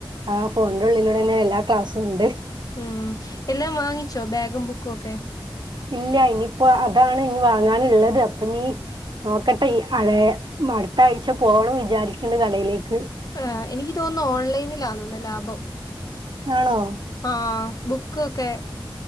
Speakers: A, on the right; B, on the left.
A: ആ ഫോണിന്റെ ഉള്ളിലൂടെ തന്നെ എല്ലാ ക്ലാസ്സുംണ്ട്.
B: ഉം എല്ലാം വാങ്ങിച്ചോ ബാഗും ബുക്കും ഒക്കെ
A: ഇല്ല ഇനിയിപ്പോ അതാണ് ഇനി വാങ്ങാനുള്ളത് അപ്പൊ നീ നോക്കട്ടെ ഈ അഴ മടുത്ത ആഴ്ച പോണം വിചാരിക്ണ്ട് കടയിലേക്ക്
B: ഏഹ് എനിക്ക് തോന്നുന്നു ഓൺലൈനിലാണെന്ന് ലാഭം
A: ആണോ
B: ആഹ് ബുക്കൊക്കെ